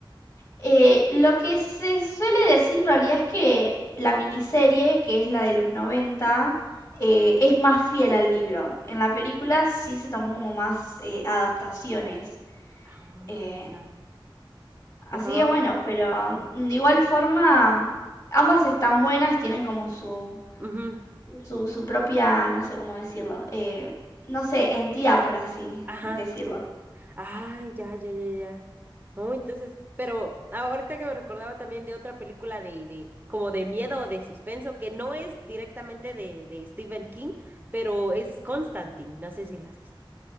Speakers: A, on the left; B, on the right.
A: Eh, lo que se suele decir en realidad es que la miniserie, que es la de los 90 eh, es más fiel al libro. En la película sí se tomó como más eh, adaptaciones.
B: Ah,
A: Eh,
B: ya.
A: así
B: Wow.
A: que bueno, pero
B: Ajá.
A: de igual forma ambas están buenas, tienen como su,
B: Ujú.
A: su, su propia, no sé cómo decirlo, eh, no sé, entidad, por así
B: Ajá.
A: decirlo.
B: Ay, ya, ya, ya, ya. No, entonces, pero ahorita que me recordaba también de otra película de, de, como de miedo o de suspenso, que no es directamente de, de Stephen King, pero es Constantine. No sé si la has visto.